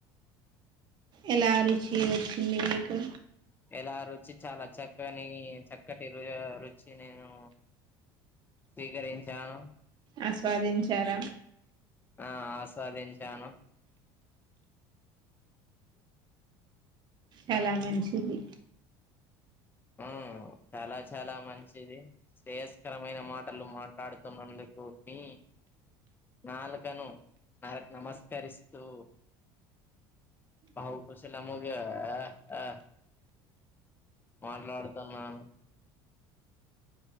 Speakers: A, on the right; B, on the left.
A: ఎలా రుచి వచ్చింది మీకు
B: ఎలా రుచి చాలా చక్కని చక్కటి ర రుచి నేను స్వీకరించాను
A: ఆస్వాదించారా
B: ఆ ఆస్వాదించాను
A: చాలా మంచిది
B: ఉమ్ చాలా చాలా మంచిది శ్రేయస్కరమైన మాటలు మాట్లాడుతున్నందుకు మీ నాలకను నర నమస్కరిస్తూ బహుకుశలముగా ఆ ఆ మాట్లాడుతున్నాను